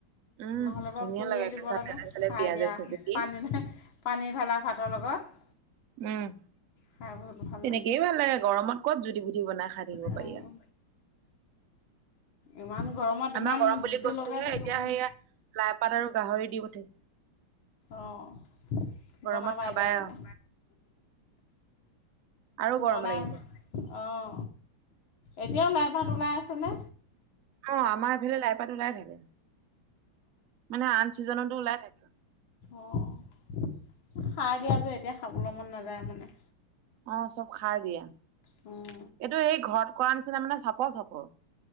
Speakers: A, on the right (about 70°); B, on the left (about 65°).
A: উম,
B: নহ'লে বাৰু
A: ধুনীয়া
B: পুৰিয়ে দিব
A: কেঁচা
B: লাগে
A: তেলে চেলে
B: খাই
A: পিয়াজে
B: দিয়া
A: চিয়াজে দি।
B: পানী। পানী ঢালা ভাতৰ লগত।
A: উম
B: খাই বহুত ভাল
A: তেনেকেই ভাল লাগে গৰমত কত জুদি বুদি বনাই খাই থাকিব
B: উম,
A: পাৰি।
B: ইমান গৰমত
A: আমাৰ
B: ইমান
A: গৰম
B: জুতি
A: বুলি কৈছো
B: লগাই
A: হে
B: থাকিবলৈ
A: এতিয়া সেয়া লাই পাত আৰু গাহৰি দি পঠাইছে।
B: অঁ
A: গৰমত
B: বনাবা
A: খাবাই
B: এতিয়া মানে?
A: আৰু, আৰু গৰম
B: বনাম।
A: লাগিব।
B: অঁ এতিয়াও লাইপাত ওলাই আছেনে?
A: অ আমাৰ এইফালে লাইপাত ওলাই থাকে মানে আন চিজনতো ওলাই থাকে।
B: অ সাৰ দিয়া যে এতিয়া খাবলৈ মন নাযায় মানে।
A: অ', চব খাই দিয়া।
B: অ',
A: এইটো এই ঘৰত কৰা নিচিনা মানে চাপ চাপ।